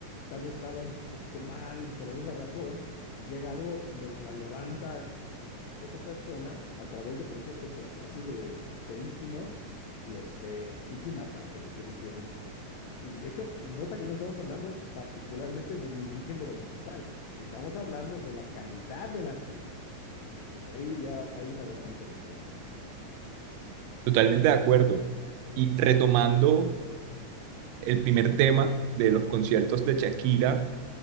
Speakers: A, on the left; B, on the right.
A: tal vez estaba un poquito mal por alguna razón y llega algo y lo- la levanta esa persona a través de conciertos as- así de, de íntimos y este, y sí marca a la gente, definitivamente. Y y de hecho, y nota que no estamos hablando particularmente de ningún género musical, estamos hablando de la calidad del artista, que que desde ahí ya hay una gran diferencia, ¿no?
B: Totalmente de acuerdo. Y retomando el primer tema de los conciertos de Shakira,